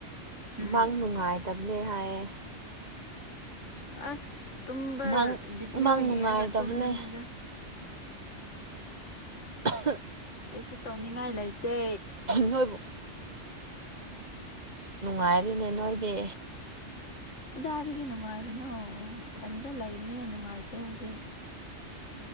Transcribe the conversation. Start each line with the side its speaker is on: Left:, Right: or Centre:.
Left: ꯎꯝ
Right: ꯃꯪ ꯅꯨꯡꯉꯥꯏꯇꯕꯅꯦ ꯍꯥꯏꯌꯦ
Left: ꯑꯁ ꯇꯨꯝꯕ
Right: ꯃꯪ
Left: ꯚꯤꯗꯤꯑꯣ
Right: ꯃꯪ ꯅꯨꯡꯉꯥꯏꯇꯕꯅꯦ
Left: ꯌꯦꯡꯔꯒ ꯇꯨꯝꯕꯅꯤꯗ
Right: <unintelligible>
Left: ꯀꯩꯁꯨ ꯇꯧꯅꯤꯡꯉꯥꯏ ꯂꯩꯇꯦ
Right: ꯅꯣꯏꯕꯨ ꯅꯨꯡꯉꯥꯏꯔꯤꯅꯦ ꯅꯣꯏꯗꯤ
Left: ꯀꯗꯥꯏꯗꯒꯤ ꯅꯨꯡꯉꯥꯏꯕꯅꯣ ꯏꯊꯟꯇ ꯂꯩꯕꯅꯤꯅ ꯅꯨꯡꯉꯥꯏꯇꯦ ꯍꯧꯖꯤꯛ